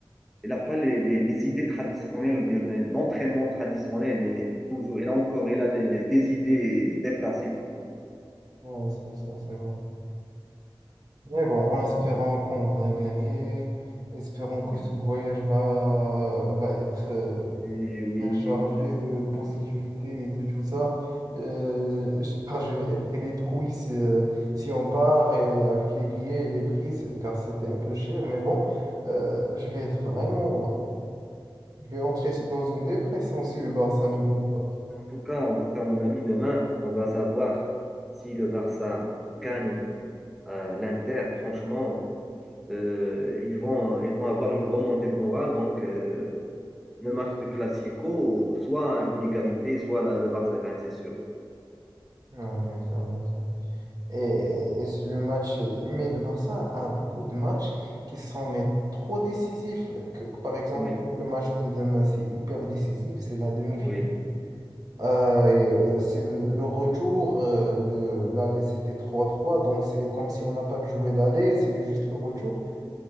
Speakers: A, in the centre; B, on the right.
A: il a pas les, les, les idées traditionnelles, ou bien l'entraînement traditionnel. Et toujours, il a encore il a les- les- des idées dépassées, plus ou
B: Ouais, c'est ça, c'est vrai. Mais bon, en espérant qu'on va gagner, espérons que
A: moins.
B: ce
A: Oui,
B: voyage va, va être euh,
A: Et oui,
B: même chargé
A: oui. donc,
B: de positivité et de tout ça. Euh, je car je vais être détruit si, euh, si on part et avec les billets et les prix, c'est- car c'était un peu cher. Mais bon, euh, je vais être vraiment. Je vais entrer dans une dépression si le Barça ne gagne pas.
A: En tout cas, en tout cas, mon ami, demain, on va savoir si le Barça gagne euh, l'Inter. Franchement, euh, ils vont, ils vont avoir une remontée de morale. Donc, euh, le match de Classico, soit une égalité, soit la- le Barça gagne, c'est sûr.
B: Ah, bien sûr, bien sûr. Et, et c'est le match, mais le Barça a beaucoup de matchs qui sont mais, trop décisifs. Que- par exemple,
A: Oui.
B: le match de demain, c'est hyper décisif, c'est la demi-finale.
A: Oui,
B: Euh, et, euh, c'est le le retour, euh, le, l'aller c'était trois trois donc c'est comme si on n'a pas de jouet d'aller, c'est juste le retour.